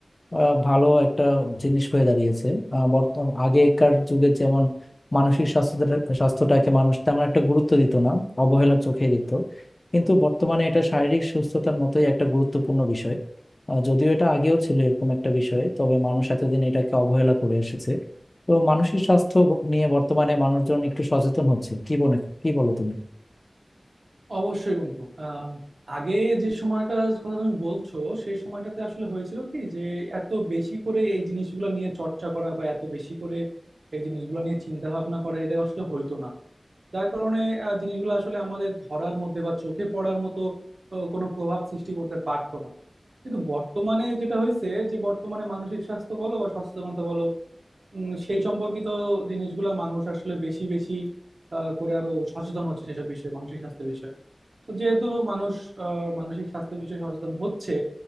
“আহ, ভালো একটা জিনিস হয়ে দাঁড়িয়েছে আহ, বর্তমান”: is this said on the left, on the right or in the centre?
Left